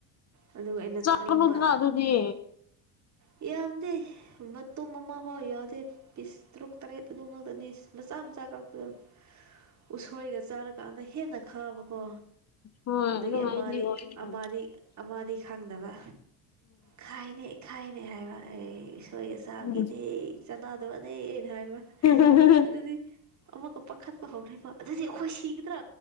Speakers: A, on the right; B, on the left.
A: ꯑꯗꯨꯒ ꯑꯩꯅ ꯆꯥꯅꯤꯡꯕ
B: ꯆꯪꯒꯅꯨꯗꯅ ꯑꯗꯨꯗꯤ
A: ꯌꯥꯝꯗꯦ ꯃꯇꯨꯝ ꯑꯃ ꯐꯥꯎ ꯌꯥꯎꯗꯦ ꯄꯤꯁ ꯇꯔꯨꯛ ꯇꯔꯦꯠ ꯑꯗꯨ ꯉꯥꯛꯛꯇꯅꯤ ꯃꯆꯥ ꯃꯆꯥ ꯀꯛꯄꯗꯣ ꯎꯁꯣꯏꯒ ꯆꯥꯔ ꯀꯥꯟꯗ ꯍꯦꯟꯅ ꯈꯥꯕꯀꯣ
B: ꯍꯣꯏ
A: ꯑꯗꯒꯤ
B: ꯑꯗꯨꯃꯥꯏꯅꯗꯤ
A: ꯑꯥꯃꯗꯤ
B: ꯑꯣꯏ ꯍꯣꯏ
A: ꯑꯥꯃꯗꯤ ꯑꯃꯗꯤ ꯈꯪꯗꯕ ꯈꯥꯏꯅꯦ ꯈꯥꯏꯅꯦ ꯍꯥꯏꯕ ꯑꯩ ꯑꯩꯣꯏ ꯑꯁꯥꯒꯤꯅꯦ
B: ꯎꯝ
A: ꯆꯅꯗꯕꯅꯦ ꯑꯩꯅ ꯍꯥꯏꯕ
B: <unintelligible>
A: ꯑꯗꯨꯗꯤ ꯑꯃꯒ ꯄꯥꯈꯠꯄ ꯍꯧꯔꯤꯕ ꯑꯗꯨꯗꯤ ꯑꯩꯈꯣꯏ ꯁꯤꯒꯗ꯭ꯔꯥ